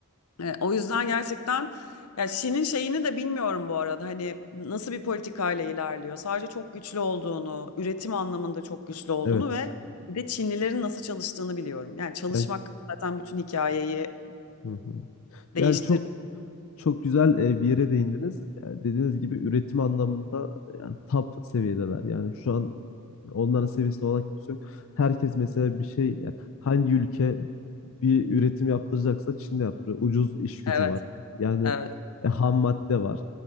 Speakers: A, on the left; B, on the left.
A: E, o yüzden gerçekten ya Şi'nin şeyini de bilmiyorum bu arada. Hani nasıl bir politikayla ilerliyor. Sadece çok güçlü olduğunu, üretim anlamında çok güçlü olduğunu
B: Evet.
A: ve bir de Çinlilerin nasıl çalıştığını biliyorum. Yani çalışmak
B: Yani,
A: zaten bütün hikayeyi
B: hı hı.
A: değiştirdi.
B: Yani çok Çok güzel e, bir yere değindiniz. E, Dediğiniz gibi üretim anlamında e, yani top seviyedeler. Yani şu an onların seviyesinde olan kimse yok. Herkes mesela bir şey yani hangi ülke bir üretim yaptıracaksa Çin'de yaptırıyor. Ucuz iş gücü
A: Evet,
B: var. Yani
A: evet,
B: e, ham madde var.